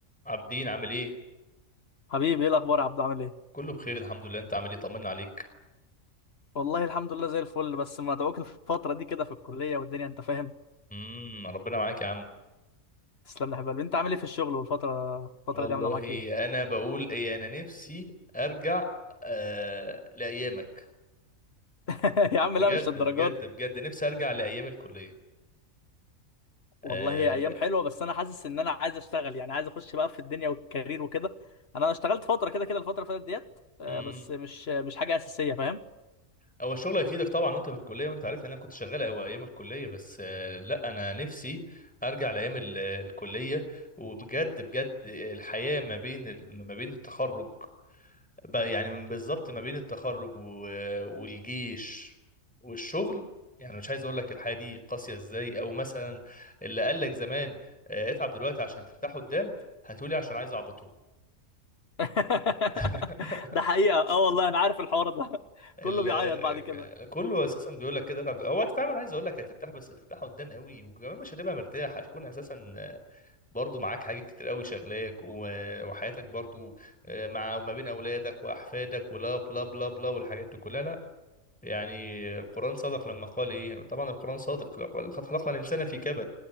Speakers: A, in the centre; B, on the left (about 50°).
A: عابدين عامل ايه؟
B: حبيبي ايه الاخبار يا عبدو عامل ايه
A: كله بخير الحمد لله انت عامل ايه طمنا عليك
B: والله الحمد لله زي الفل بس مدعوك الفتره دي كده في الكليه والدنيا انت فاهم
A: امم ربنا معاك يا عم
B: تسلم لي يا حبيبي انت عامل ايه في الشغل والفتره الفتره
A: والله
B: دي عامله معاك ايه
A: انا بقول ايه انا نفسي ارجع آه لايامك
B: <laughs> يا عم
A: بجد
B: لا مش للدرجه
A: بجد
B: دي
A: بجد نفسي ارجع لايام الكليه
B: والله
A: آه
B: هي
A: لا
B: ايام حلوه بس انا حاسس ان انا عايز اشتغل يعني عايز اخش بقى في الدنيا والكارير وكده انا اشتغلت فتره كده كده الفتره اللي فاتت ديت آه،
A: امم
B: بس مش مش حاجه اساسيه فاهم
A: هو الشغل هيفيدك طبعا وانت في الكليه وانت عارف ان انا كنت شغال أو ايام الكليه بس آه لا انا نفسي ارجع لايام ال- الكليه وبجد بجد الحياه ما بين ال- ما بين التخرج بقى يعني من بالظبط ما بين التخرج و... والجيش والشغل يعني مش عايز اقول لك الحياه دي قاسيه ازاي او مثلا اللي قال لك زمان آه، اتعب دلوقتي عشان ترتاح قدام هتقولي عشان عايز اعبطه
B: <laughs>
A: <laughs>
B: ده حقيقه اه والله انا عارف الحوار ده <laughs>
A: ال...
B: كله بيعيط بعد كده
A: كله اساسا بيقول لك كده اتعب هو فعلا عايز اقول لك هترتاح بس هترتاح قدام قوي وكمان مش هتبقى مرتاح هتكون اساسا آه، برضو معاك حاجات كتير قوي شغلاك و... وحياتك برضو آه، مع وما بين اولادك واحفادك ولا بلا بلا بلا والحاجات دي كلها لا يعني القرآن صدق لما قال ايه طبعا القرآن صادق لقد خلقنا الإنسان في كبد